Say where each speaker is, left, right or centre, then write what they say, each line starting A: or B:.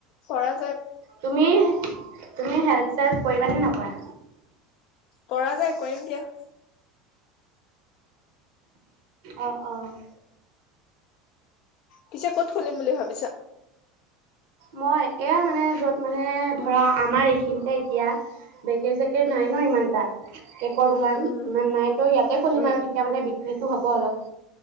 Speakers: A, on the left; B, on the right.
A: কৰা।
B: তুমি তুমি হেল্প চেল্প কৰিব নে নকৰা?
A: পৰা যায় কৰিম দিয়া।
B: অ', অ'। <inaudible>
A: পিছে কত খুলিম বুলি ভাবিছা?
B: মই এয়া মানে য'ত মানে ধৰা আমাৰ এইখিনিতে এতিয়া চেী চেকী
A: উম
B: নাই ন ইমানটা কেকৰ দোকান
A: উম উম
B: ইমান নাই তো ইয়াতে খুলিম
A: উম
B: আৰু তেতিয়া মানে বিক্ৰী টো হ'ব অলপ।